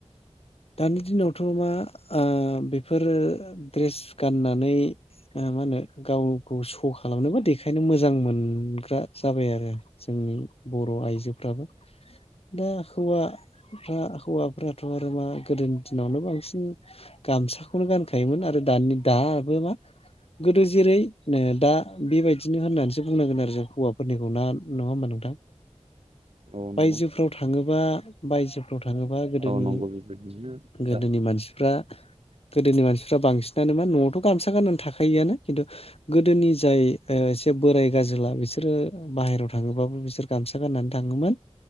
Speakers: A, on the left; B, on the right.
A: दानि दिनावथ' मा ओ बेफोरो ड्रेस गाननानै ओ मा होनो गावखौ स' खालामनोबो देखायनो मोजां मोनग्रा जाबाय आरो जोंनि बर' आइजोफ्राबो दा हौवाफ्रा हौवाफ्राथ' आरो मा। गोदोनि दिनावनो बांसिन गामसाखौनो गानखायोमोन आरो दानि दाबो मा गोदो जेरै दा बेबायदिनो होननानैसो बुंनांगोन आरो जों हौवाफोरनिखौ ना नङा होमबा नों <unintelligible> दा
B: औ नंगौ
A: बायजोफोराव थाङो बा बायजो। <unintelligible> थाङोबा गोदोनि
B: औ नंगौ बेबायदिनो दा
A: गोदोनि मानसिफ्रा गोदोनि मानसिफ्रा बांसिनानो मा न'आवथ' गामसा गाननानै थाखायोआनो खिन्थु गोदोनि जाय एसे बोराय गाजोला बिसोरो बाहेरायाव थाङोबाबो बिसोर गामसा गाननानै थाङोमोन